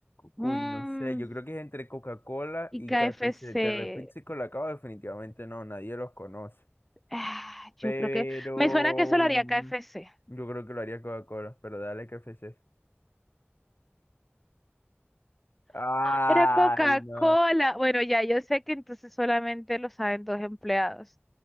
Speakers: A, in the centre; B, on the left.
A: Mm,
B: Uy, no sé, yo creo que es entre Coca-Cola
A: y
B: y
A: KFC.
B: KFC. Telepizza y Colacao definitivamente no, nadie los conoce.
A: ah,
B: Pero
A: yo creo que me suena que eso lo haría
B: mm,
A: KFC.
B: yo creo que lo haría Coca-Cola, pero dale KFC. Ay,
A: Era Coca-Cola.
B: no.
A: Bueno, ya yo sé que entonces solamente lo saben dos empleados.